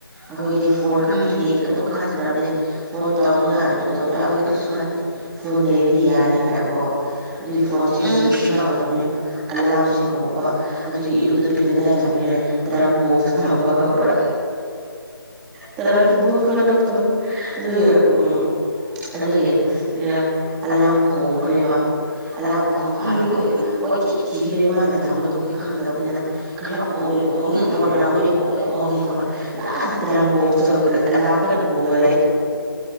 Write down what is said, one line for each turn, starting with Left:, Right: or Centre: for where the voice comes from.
Centre: ꯑꯩꯈꯣꯏꯗꯤ ꯐꯣꯟ ꯈꯛꯇꯅꯤ
Right: ꯎꯝ
Centre: ꯑꯗꯨꯝ ꯈꯟꯈ꯭ꯔꯕꯅꯦ ꯐꯣꯟ ꯇꯧꯅꯉꯥꯏ ꯑꯗꯨ ꯇꯧꯅꯉꯥꯏ ꯑꯩꯈꯣꯏ ꯀꯔꯤꯁꯨ ꯈꯟꯗꯦ ꯐꯣꯟ ꯂꯩꯔꯤꯗꯤ ꯗꯤ ꯌꯥꯔꯦꯅ ꯀꯣ ꯑꯗꯨꯒꯤ ꯐꯣꯟꯁꯦ
Right: ꯎꯝ
Centre: ꯁꯤꯝꯁꯨ ꯌꯥꯎꯗꯕꯅꯦꯕ ꯑꯂꯥꯝꯁꯦ ꯈꯣꯡꯕ ꯑꯗꯨꯒꯤ ꯏꯔꯨꯝ ꯅꯨꯄꯤꯅ ꯀꯗꯥꯏꯗ ꯊꯝꯈꯤꯔꯦ ꯇ꯭ꯔꯪꯕꯣꯛꯁꯇ ꯊꯝꯕ ꯈꯪꯕ꯭ꯔꯥ ꯇꯔꯪ ꯕꯣꯛꯁ ꯃꯅꯨꯡꯗ ꯊꯝꯃꯦ ꯑꯗꯨꯒꯤ ꯎꯝ ꯑꯗꯨꯒꯤ ꯈꯔ ꯑꯂꯥꯝ ꯈꯣꯡꯈ꯭ꯔꯦꯕ ꯑꯂꯥꯝ ꯈꯣꯝꯕ
Right: ꯎꯝ
Centre: ꯀꯥꯟꯗ ꯑꯩꯈꯣꯏ ꯀꯣꯏꯊꯤ ꯊꯤꯈ꯭ꯔꯦ ꯃꯥꯅ ꯊꯝꯕꯗꯣ ꯑꯩꯈꯣꯏ ꯈꯪꯗꯕꯅꯤꯅ ꯈꯔ ꯈꯣꯡꯉꯦ ꯈꯣꯡꯉꯦ
Right: ꯎꯝ
Centre: ꯐꯣꯟ ꯑꯣꯏꯔꯝꯒꯅꯤ ꯈꯣꯡꯉꯦ ꯈꯣꯡꯉꯦ ꯂꯥꯁ ꯇꯔꯥꯡꯕꯣꯛꯁꯨ ꯑꯂꯥꯝ ꯀꯟꯅ ꯈꯣꯡꯉ ꯂꯩ